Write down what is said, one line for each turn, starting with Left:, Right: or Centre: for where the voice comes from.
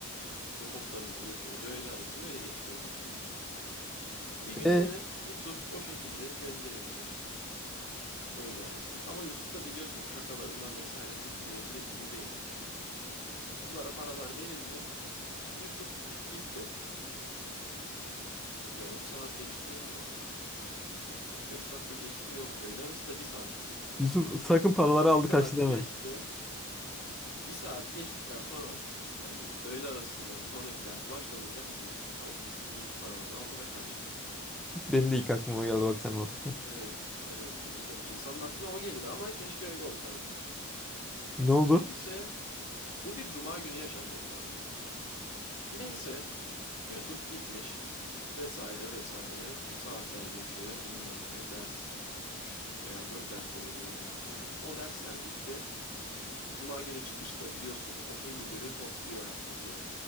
Left: Bize tostlarımızı getiriyordu. Öğle arasını öyle geçiriyorduk. Bir gün
Centre: e.
Left: yine Yusuf o şekilde gönderildi. Öyle arası. Ama Yusuf da biliyorsun bu şakalarından vesaire çok güvenilir biri değil. Yusuf'lara paralar verildi. Yusuf gitti. Yarım saat geçti. Yok. 45 dakika geçti. Yok. Öğle arası da bir saat.
Centre: Yusuf sakın paraları aldı
Left: Bir saat
Centre: kaçtı deme.
Left: geçti. Bir saat geçtikten sonra yani öğle arasından sonraki ders başladığında biz dedik ki tamam. Yusuf paraları aldı ve kaçtı.
Centre: <laughs> Benim de ilk aklıma geldi bak sen anlatırken.
Left: Evet. Evet. İnsanın aklına o gelir ama keşke öyle olsaydı.
Centre: Ne oldu?
Left: Neyse. Bu bir cuma günü yaşanıyor bu arada. Neyse Yusuf gitmiş vesaire vesaire saatler geçiyor bilmem ne ders 3 veya 4 ders oluyordu öğleden sonra. O dersler bitti. Cuma günü çıkışta biliyorsun okul müdürü topluyor herkesi.